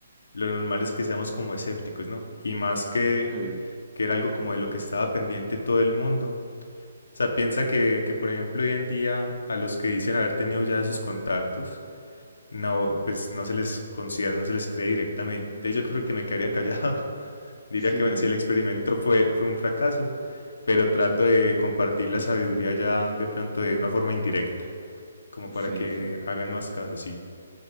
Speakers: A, on the left; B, on the right.
A: lo normal es que seamos como escépticos, ¿no? Y más que,
B: Sí,
A: que era algo como de lo que estaba pendiente todo el mundo. O sea, piensa que, que, por ejemplo, hoy en día a los que dicen haber tenido ya esos contactos, no, pues no se les considera, no se les cree directamente. Entonces Yo creo que me quedaría callado <laughs> diría
B: sí,
A: que, bueno, si el experimento fue, fue un fracaso, pero trato de compartir la sabiduría ya de pronto de una forma indirecta, como para
B: sí,
A: que
B: sí.
A: hagan más caso, sí.